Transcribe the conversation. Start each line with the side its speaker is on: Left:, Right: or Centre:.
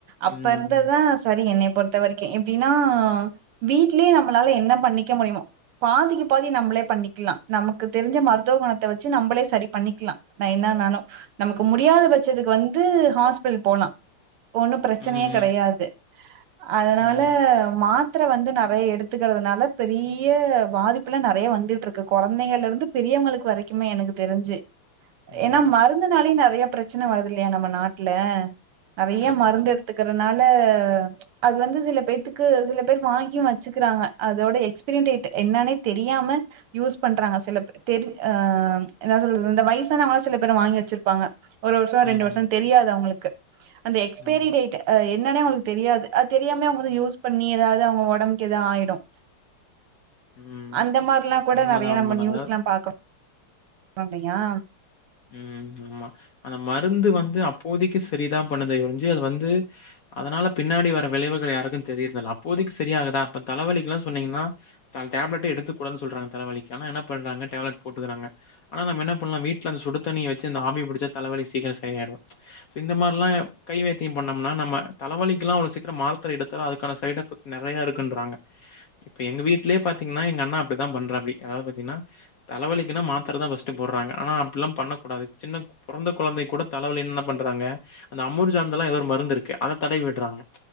Right: அப்ப
Left: ம்.
Right: இருந்த தா சரி என்னை பொறுத்த வரைக்கும் எப்டின்னா வீட்லயே நம்மளால என்ன பண்ணிக்க முடியுமும் பாதிக்கு பாதி நம்மளே பண்ணிக்கலாம் நமக்கு தெரிஞ்ச மருத்துவ குணத்தை வச்சு நம்மளே சரி பண்ணிக்கலாம் நா என்ன நானும் நமக்கு முடியாத பட்சத்துக்கு வந்து ஹாஸ்பிட்டல் போலா ஒன்னும் பிரச்சனையே
Left: ம்.
Right: கிடையாது அதனால
Left: உண்மதான்.
Right: மாத் த்திர வந்து நெறைய எடுத்துக்கிறதுனால பெரிய பாதிப்பு ல்லாம் நெறைய வந்துட்டு இருக்கு குழந்தைகள்ல இருந்து பெரியவங்களுக்கு வரைக்குமே எனக்கு தெரிஞ்சு ஏன்னா
Left: ஆமா.
Right: மருந்துனாலுயு நெறைய பிரச்சனை வருது இல்லையா நம்ம நாட்டுல நெறைய
Left: கரெக்ட்டு
Right: மருந்து
Left: தான்.
Right: எடுத்து எடுத்துக்கறனால.. அது வந்து சில பேத்துக்கு சில பேர் வாங்கி வச்சுக்கிறாங்க அதோட எக்ஸ்பீரி டேட் என்னானே தெரியாம யூஸ் பண்றாங்க சில தெரி அ என்ன சொல்றது இந்த வயசானவங்களாம் சில பேர் வாங்கி வச்சுருப்பாங்க ஒரு வருஷோ ஐரெண்டு
Left: ம்.
Right: வருஷோ தெரியாது அவுங்களுக்கு அந்த எக்ஸ்பைரி
Left: ஆமா.
Right: டேட் என்னன்னே அவுங்களுக்கு தெரியாது அது தெரியாம அவுங்க வந்து யூஸ் பண்ணி ஏதாவது அவுங்க உடம்புக்கு எதாவது ஆயிடும்
Left: ம்.
Right: அந்த மாரிலா கூட
Left: உண்மதான்,
Right: நெறைய நம்ம
Left: உண்மதான்.
Right: நியூஸ்
Left: அதாவது
Right: எல்லாம் பாக்குறோம் <unintelligible> யா
Left: உம் ஆமா அந்த மருந்து வந்து அப்போதைக்கு சரிதா பண்ணது ஒரிஞ்சு அது வந்து அதனால பின்னாடி வர விளைவுகள் யாருக்கும் தெரியரதில்ல அப்போதைக்கு சரி ஆகுதா இப்ப தலவலிக்கு எல்லாம் சொன்னீங்கன்னா டேப்லெட்ட எடுத்துக்க கூடாத் சொல்றங்க தலவலிக்கு ஆன என்ன பண்றாங்க டேப்லெட் போட்டுக்கறாங்க நம்ம என்ன பண்லாம் வீட் அந்த சுடு தண்ணியைச்சு அந்த ஆவி பிடிச்ச தலவலி சீக்ரோ சரியாயிடும் இந்த மாறில்லா கைவைத்தியோ பண்ணோம்னா நம்ம தலவலிக்கலா அவ்ளோ சீக்கிரம் மாத்திர எடுத்தா அதுக்கான சை ட் எஃபக்ட் நெறைய இருக்குன்றாங்க இப்ப எங்க வீட்லயே பாத்தீங்கன்னா எங்க அண்ணா அப்டிதான் பண்றாப்படி அதாவது பாத்தீங்கன்னா தலைவலிக்கன மாத்திர தான் ஃபஸ்ட் போடுறாங்க ஆனா அ ப்பல்லாம் பண்ணக்கூடாது சின்ன பிறந்த குழந்தை கூட தலைவலி என்ன பண்றாங்க? அந்த அமுர்ஜன்ந்தெல்லாம் ஏதோ ஒரு மருந்து இருக்கு அத தடவி விடுறாங்க.